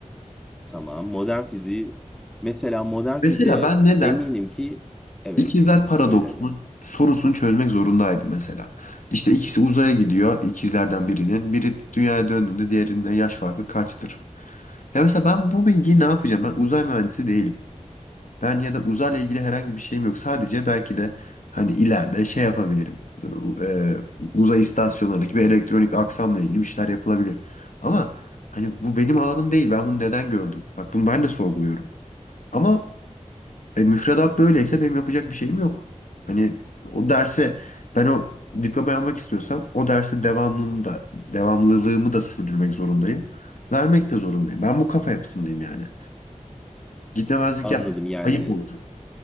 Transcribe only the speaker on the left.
Mesela
ben neden
ikizler paradoksunu
sorusunu çözmek zorundaydım mesela. İşte ikisi uzaya gidiyor ikizlerden birinin. Biri dünyaya döndüğünde diğerinin yaş farkı kaçtır? Ya mesela ben bu bilgiyi ne yapacağım? Ben uzay mühendisi değilim. Ben ya da uzayla ilgili herhangi bir şeyim yok. Sadece belki de hani ileride şey yapabilirim. U- e, uzay istasyonlarındaki bir elektronik aksamla ilgili bir şeyler yapılabilir. Ama hani bu benim alanım değil. Ben bunu neden gördüm? Bak bunu ben de sorguluyorum. Ama e, müfredat böyleyse benim yapacak bir şeyim yok. Hani o derse ben o diplomayı almak istiyorsam o derse devamlılığımı da, devamlılığımı da sürdürmek zorundayım. Vermek de zorundayım. Ben bu kafa yapısındayım yani. Gitmemezlik
yapmak
ayıp olur.